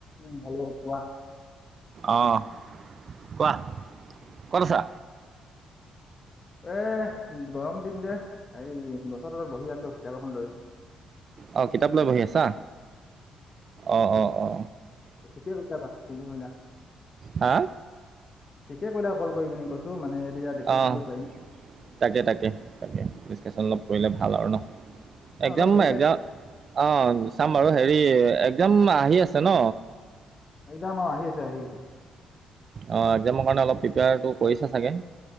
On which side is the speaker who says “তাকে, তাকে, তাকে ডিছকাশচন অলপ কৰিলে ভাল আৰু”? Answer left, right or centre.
Right